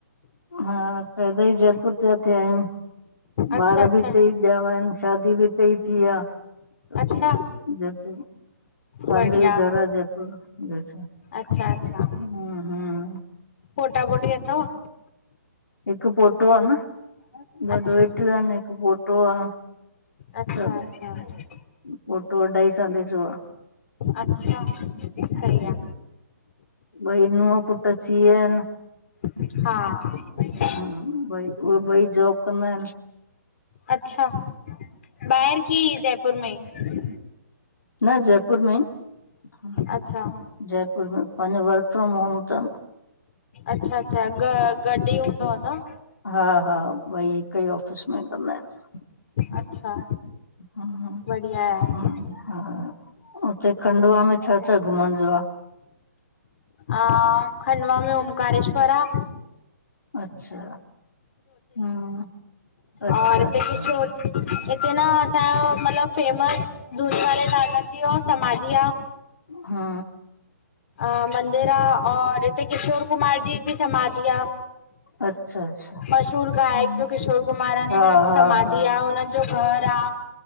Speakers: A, on the left (about 75°); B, on the left (about 45°).
A: हा पैदा ई जयपुर ते थया आहयूं।
B: अच्छा
A: ॿार
B: अच्छा,
A: बि हित ई ॾियावा आहिन शादी बि हितेई थी आ, त
B: अच्छा
A: पो। पांजो
B: बढ़िया,
A: ई घर आ जयपुर मे ॿयो छा।
B: अच्छा अच्छा।
A: हम्म हम्म
B: पोटापोटी अथव।
A: हिक पोटो आ न ॿ
B: अच्छा
A: डोएटियूं आहिन हिक पोटो आ।
B: अच्छा
A: सभ
B: अच्छा
A: पोर्टो अढाई साले जोआ।
B: अच्छा सही आ।
A: ॿई नूह पुट सीए इन।
B: हा।
A: ह भई उह भई जोब कंदा आहेन।
B: अच्छा बाहेर की जयपुर में ई।
A: न जयपुर में ई। हा
B: अच्छा
A: जयपुर में पंहिंजो वर्क फ्रोम होम तन।
B: अच्छा -अच्छा ग गॾ ई हूंदो न।
A: हा हा ॿई हिक ई ऑफिस में कंदा आहिन।
B: अच्छा
A: हम्म
B: बढ़िया आहे
A: ह ह हा उते- - खंडवा में छा छा घुमण जो आ।
B: अ खंडवा में ओंकारेश्वर आ।
A: अच्छा, हम्म, अच्छा
B: और हिते
A: अच्छा।
B: किशोर हिते न असांजो मतलब फेमस धुनी वाले दादा जीअ समाधि आ।
A: हा।
B: अ मंदिर आ और हिते किशोर कुमार जी बि समाधि आ।
A: अच्छा। अच्छा
B: मशहूर गायक
A: हम्म,
B: जो किशोर कुमार आ
A: हा
B: न हुनजी
A: हा
B: समाधि
A: हा
B: आ हुनन जो घर आ।